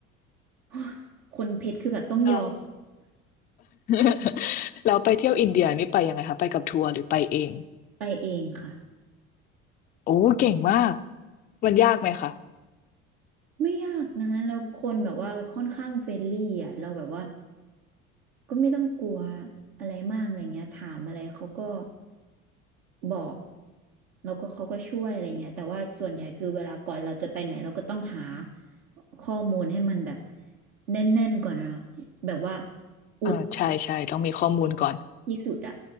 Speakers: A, on the right (about 70°); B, on the left (about 25°).
A: <gasps> <sighs> คนเพชรคือแบบต้องยอม
B: อ่ะ <laughs> แล้วไปเที่ยวอินเดียนี่ไปยังไงคะไปกับทัวร์หรือไปเอง
A: ไปเองค่ะ
B: โอ้เก่งมากมันยากไหมคะ
A: ไม่ยากนะแล้วคนแบบว่าค่อนข้างเฟรนลี่อ่ะเราแบบว่าก็ไม่ต้องกลัวอะไรมากอะไรเงี้ยถามอะไรเขาก็บอกแล้วก็เขาก็ช่วยอะไรเงี้ยแต่ว่าส่วนใหญ่คือเวลาก่อนเราจะไปไหนเราก็ต้องหาข้อมูลให้มันแบบแน่นๆก่อนอะเนาะแบบว่าอุด
B: อ่าใช่ใช่ต้องมีข้อมูลก่อน
A: ที่สุดอะ